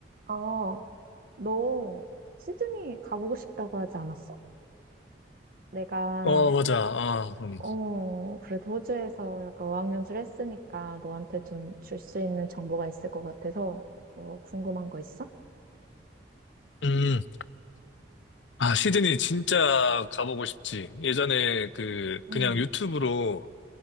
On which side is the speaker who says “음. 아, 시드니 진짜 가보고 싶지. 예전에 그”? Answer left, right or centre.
Left